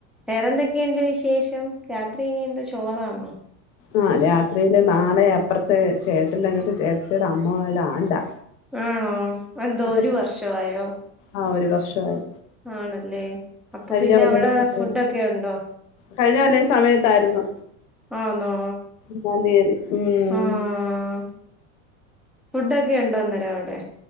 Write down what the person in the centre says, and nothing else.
വേറെ എന്തൊക്കെയുണ്ട് വിശേഷം രാത്രി ഇനി എന്തുവാ ചോറാണോ
ആണോ ഇപ്പൊ എന്തുവാ
ഒരു വർഷം ആയോ
ആണല്ലേ അപ്പൊ
പിന്നെ
അവിടെ
ഫുഡൊക്കെ ഒണ്ടോ
ആനോ
ആഹ് ഫുഡ് ഒക്കെ ഒണ്ടോ അന്നേരം അവിടെ